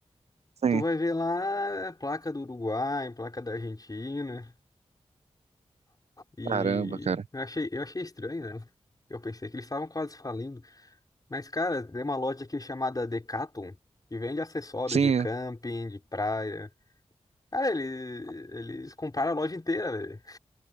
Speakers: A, on the right; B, on the left.
A: Sim.
B: Tu vai ver lá placa do Uruguai, placa da Argentina. E
A: Caramba, cara.
B: eu achei, eu achei estranho, né? Eu pensei que eles estavam quase falindo. Mas, cara, tem uma loja aqui chamada Decathlon, que vende acessórios
A: Sim,
B: de camping, de praia. Cara, eles, eles compraram a loja inteira, velho.